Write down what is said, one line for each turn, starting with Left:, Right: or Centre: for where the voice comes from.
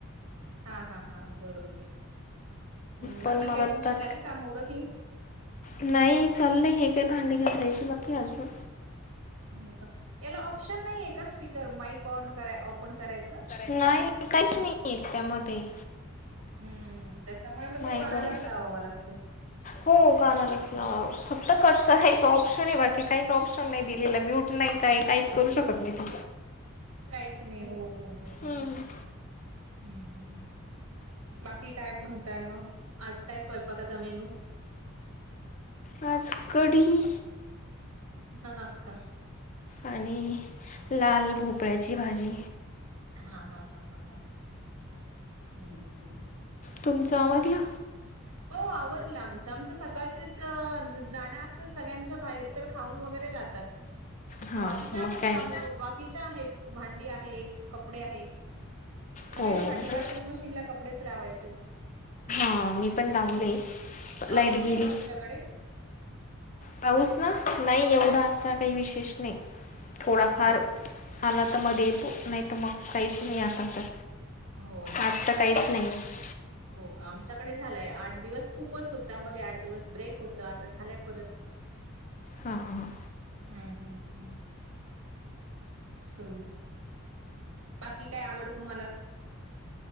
Right: हा हा हा बरोबर् बाकी
Left: पण मग
Right: काय
Left: आता
Right: तुमची झाली काम ओरखली
Left: नाही चाललंय हे काही भांडी घासायचे बाकी अजून
Right: हो याला ऑप्शन नाहीय का स्पीकर माईक ऑन कराय ऑपन करायचं
Left: नाही काहीच नाहीयेत त्यामध्ये
Right: हम्म त्याच्यामुळे मग
Left: माईक
Right: तो कणालाच
Left: वगैरे
Right: लावावा लागतो
Left: हो काणार नसला फक्त कट करायच ऑप्शन आहे बाकी काहीच ऑप्शन नाही दिलेला म्यूट नाही काय काहीच करू शकत नाही तू
Right: काहीच नाही हो हो हो हो
Left: हम्म.
Right: हो हम्म बाकी काय म्हणताय मग आज काय स्वयंपाकाचा मेनू
Left: आज कडी
Right: का
Left: आणि लाल भोपळ्याची भाजी
Right: हा हा हा हा हा हम्म
Left: तुमचं आमधला
Right: ह हो आवरलं आमचं आमचं सकाळचेच जाणं असतं सगळ्यांच बाहेर तर खाऊन वगैरे जातात
Left: हां
Right: बाकीच्या
Left: मग
Right: आहेत
Left: काय
Right: का
Left: नाही
Right: मग बाकीच्या आहेत भांडी आहेत कपडे आहेत आता
Left: हो
Right: काही नाही भांडी
Left: हो
Right: घासून मशीन ला कपडेच लावायचे होते
Left: हा मी पण लाावले
Right: पाऊस
Left: लाईट
Right: आहे
Left: गेली
Right: का तुमच्याकडे?
Left: पाऊस ना नाही एवढा असा काही विशेष नाही थोडाफार
Right: हो हो
Left: आला तर मग येतो नाही तर मग काहीच नाही आता तर
Right: हो ना
Left: आज तर काहीच नाही आहे
Right: हो का आमच्याकडे झालाय आठ दिवस खूपच होता मध्ये आठ दिवस ब्रेक होत आता झालाय परत
Left: हां हां
Right: हम्म हम् हम् सुरू बाकी काय आवड तुम्हाला